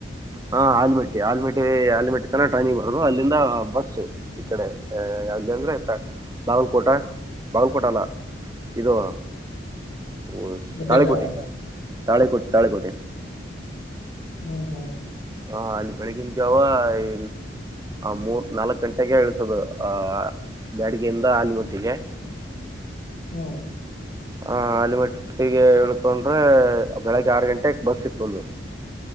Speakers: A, on the right; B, on the left.
A: ಹಾಂ ಆಲಮೆಟ್ಟಿ ಆಲ್ಮೆಟ್ಟಿ ಆಲಮೆಟ್ಟಿ ತನ ಟ್ರೈನಿಿಗೆ್ ಬರರು ಅಲ್ಲಿಂದ ಬಸ್ಸು ಈ ಕಡೆ ಅಲ್ಲಿ ಅಂದ್ರರೆ ಬಾಗಲಕೋಟೆ ಬಾಗಲಕೋಟೆ ಅಲ್ಲ ಇದು ಓ
B: ಮುದ್ದೇಬಿಹಾಳ
A: ತಾಳಿಕೋಟೆ ತಾಳೆಕೋಟೆ ತಾಳೆಕೋಟೆ
B: ಹ್ಮ್ ಹ್ಮ್
A: ಹಾ ಅಲ್ಲಿ ಬೆಳಗಿನ ಜಾವ ಇ ಮೂರ್ ನಾಲ್ಕ ಗಂಟೆಗೆ ಇಳಸೋದು ಆ ಬ್ಯಾಡಿಗೆಯಿಂದ ಹಾಲಮಟ್ಟಿಗೆ
B: ಹ್ಮ್
A: ಹ ಅಲ್ಲಿಮಟ್ಟಿಗೆ ಹಳ್ಕೊಂಡ್ರೆ ಬೆಳಗ್ಗೆ ಆರು ಗಂಟೆಗೆ ಬಸ್ ಇತ್ತುಲ್ವಿ